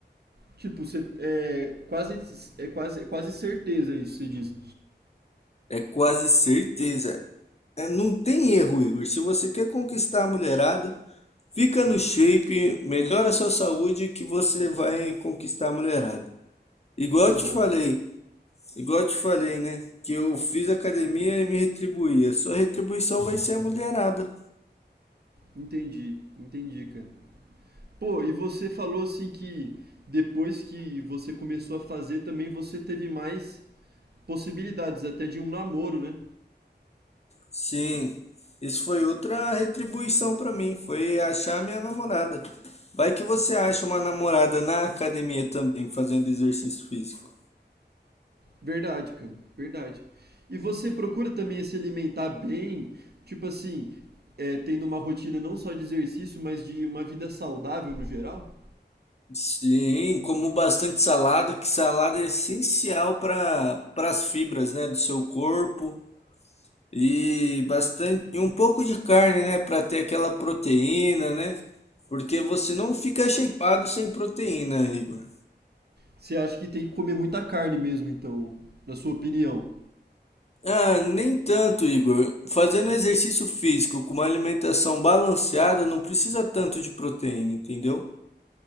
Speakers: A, on the right; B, on the left.
A: Tipo, você, é quase, é quase, é quase certeza isso, você diz.
B: É quase certeza. É, não tem erro, Igor. Se você quer conquistar a mulherada, fica no shape, melhora a sua saúde que você vai conquistar a mulherada. Igual
A: Tá
B: eu te
A: bom,
B: falei, Igual eu te falei, né? Que eu fiz academia e me retribuía. Sua retribuição vai ser a mulherada.
A: entendi, entendi, cara. Pô, e você falou assim que depois que você começou a fazer também você teve mais possibilidades até de um namoro, né?
B: Sim, isso foi outra retribuição pra mim. Foi achar minha namorada. Vai que você acha uma namorada na academia também, fazendo exercício físico.
A: Verdade, cara, verdade. E você procura também se alimentar bem, tipo assim, é, tendo uma rotina não só de exercício, mas de uma vida saudável no geral?
B: Sim, como bastante salada, que salada é essencial para as fibras, né, do seu corpo. E bastante, e um pouco de carne, né, para ter aquela proteína, né? Porque você não fica shapeado sem proteína, Igor.
A: Você acha que tem que comer muita carne mesmo, então, na sua opinião?
B: Ah, nem tanto, Igor. Fazendo exercício físico com uma alimentação balanceada não precisa tanto de proteína, entendeu?